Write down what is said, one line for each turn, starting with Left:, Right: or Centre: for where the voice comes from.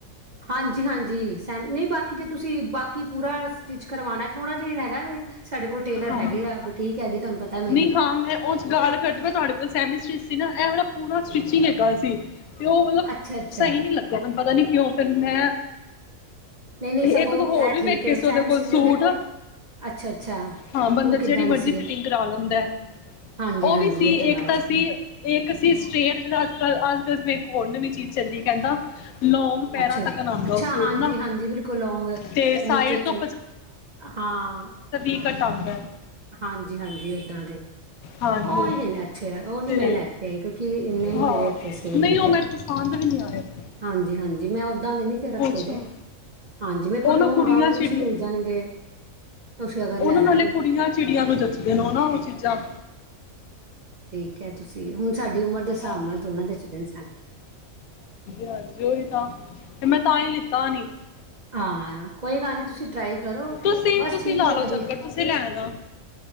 Right: ਹਾਂਜੀ ਹਾਂਜੀ ਸੈਮ ਨਹੀਂ ਬਾਕੀ ਜੇ ਤੁਸੀਂ ਬਾਕੀ ਪੂਰਾ ਸਟਿਚ ਕਰਵਾਉਣਾ ਥੋੜਾ <unintelligible> ਟੇਲਰ
Left: ਹਾਂ
Right: ਹੈਗੇ
Left: ਨਹੀਂ
Right: ਆ ਬੁਟੀਕ ਹੈਗੀ ਤੁਹਾਨੂੰ ਪਤਾ ਮੇਰੀ
Left: ਹਾਂ ਮੈਂ ਉਹ ਗੱਲ ਕਰਕੇ ਮੈਂ ਤੁਹਾਡੇ ਕੋਲ ਸੈਮੀ ਸਟ ਸੀ ਨਾ ਇਹ ਵਾਲਾ ਪੂਰਾ ਸਟਿਚਿੰਗ ਹੈਗਾ ਸੀ ਤੇ ਉਹ ਮਤਲਬ
Right: ਅੱਛਾ ਅੱਛਾ
Left: ਸਹੀ ਨੀ ਲੱਗਿਆ ਮੈਨੂੰ ਪਤਾ ਨੀ ਕਿਉਂ ਫਿਰ ਮੈਂ
Right: ਨਹੀਂ ਨਹੀਂ
Left: ਤੇ
Right: ਸਗੋਂ
Left: ਇੱਕ ਤੋਂ ਹੋਰ
Right: ਇਹ
Left: ਵੀ
Right: ਠੀਕ
Left: ਵੇਖੇ
Right: ਹੈ
Left: ਸੀ
Right: ਸੈਿਸਟਰੀ
Left: ਉਹਦੇ ਕੋਲ ਸੂਟ
Right: ਦਾ ਦੇਖੋ ਅੱਛਾ ਅੱਛਾ
Left: ਹਾਂ ਬੰਦਾ
Right: ਉਹ ਕਿੱਦਾਂ
Left: ਜਿਹੜੀ
Right: ਦੇ
Left: ਮਰਜ਼ੀ
Right: ਸੀਗੇ
Left: ਫਿਟਿੰਗ ਕਰਾ ਲੈਂਦਾ
Right: ਹਾਂਜੀ
Left: ਉਹ
Right: ਹਾਂਜੀ
Left: ਵੀ ਸੀ
Right: ਇਹ ਗੱਲ
Left: ਇੱਕ ਤਾਂ
Right: ਚ-
Left: ਸੀ ਇੱਕ ਸੀ ਸਟੇਟ ਜਿਹੜਾ ਅੱਜ ਕੱਲ ਅੱਜ ਕੱਲ ਹੋਰ ਨਵੀਂ ਚੀਜ਼ ਚੱਲੀ ਕਹਿੰਦਾ ਲੌਂਗ ਪੈਰਾਂ
Right: ਅੱਛਾ
Left: ਤੱਕ ਆਉਂਦਾ
Right: ਅੱਛਾ
Left: ਉਹ ਸੂਟ
Right: ਹਾਂਜੀ
Left: ਨਾ
Right: ਹਾਂਜੀ ਬਿਲਕੁਲ ਲੋਂਂਗ
Left: ਤੇ ਸਾਈਡ
Right: ਨੀਚੇ ਚੂ
Left: ਤੋਂ
Right: ਹਾਂ
Left: ਘਟ ਆਉਂਦਾ
Right: ਹਾਂਜੀ ਹਾਂਜੀ ਓਦਾਂ ਦੇ
Left: ਹਾਂਜੀ
Right: ਉਹ ਨੀਹਿੰ ਅੱਛੇ ਉਹ ਨੀ
Left: ਤੇ
Right: ਮੈਂ ਲੈ ਕੇ ਆਈ ਕਿਉਂਕਿ ਇੰਨੇ
Left: ਹਾਂ
Right: ਨੀ ਮੇਰੇ ਇੱਥੇ ਸੇਲ
Left: ਨਹੀਂ
Right: ਹੁੰਦੇ
Left: ਉਹ ਮੈਨੂੰ ਪਸੰਦ ਵੀ ਨਹੀਂ ਆਇਆ
Right: ਹਾਂਜੀ ਹਾਂਜੀ ਜੀ ਮੈਂ ਓਦਾਂ ਦੇ ਨੀ ਫੇਰ ਰੱਖੇ
Left: ਅੱਛਾ
Right: ਤੇ ਹਾਂਜੀ ਮੈਂਰੇ
Left: ਉਹ
Right: ਕੋਲ
Left: ਨਾ
Right: ਲੋਂਂਗ
Left: ਕੁੜੀਆਂ
Right: ਗਾਉਣ
Left: ਚਿੜੀਆਂ
Right: ਵਿਚ ਮਿਲ ਜਾਣਗੇ ਤੁਸੀਂ ਅਗਰ
Left: ਉਹਨਾਂ
Right: ਲੈਣਾ
Left: ਨਾਲੇ
Right: ਕੋਈ
Left: ਕੁੜੀਆਂ ਚਿੜੀਆਂ ਨੂੰ ਜੱਚਦੇ ਨੇ ਨਾ ਉਹ ਚੀਜ਼ਾਂ
Right: ਕਿਆ ਤੁਸੀਂ ਹੁਣ ਸਾਡੀ ਉਮਰ ਦੇ ਹਿਸਾਬ
Left: ਹਾਂਜੀ
Right: ਨਾਲ ਥੋੜ੍ਹਾ ਜਚਦੇ ਨੇ ਸਾਨੂੰ।
Left: ਹਾਂਜੀ ਉਓਹੀ ਤਾਂ ਤੇ ਮੈਂ ਤਾਂ ਹੀ ਲਿੱਤਾ ਨਹੀਂ
Right: ਹਾਂ ਕੋਈ ਗੱਲ ਨੀ ਤੁਸੀਂ ਟਰਾਈ ਕਰੋ
Left: ਤੁਸੀਂ
Right: ਬਸ
Left: ਤੁਸੀਂ
Right: ਠੀਕ
Left: ਲਾ
Right: ਹੈ
Left: ਲਓ
Right: ਵਧੀਆ
Left: ਚੱਕਰ ਤੁਸੀਂ ਲੈ ਆਣਾ